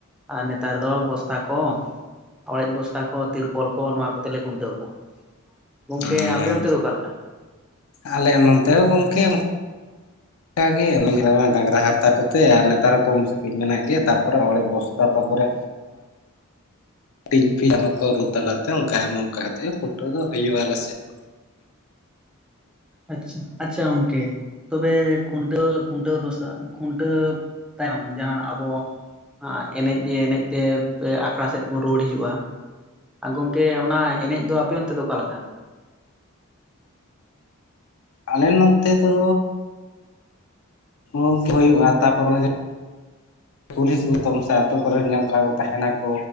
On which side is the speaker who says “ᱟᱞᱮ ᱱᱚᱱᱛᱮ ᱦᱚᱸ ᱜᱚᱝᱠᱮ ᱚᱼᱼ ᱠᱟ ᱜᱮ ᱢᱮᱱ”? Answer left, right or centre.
Left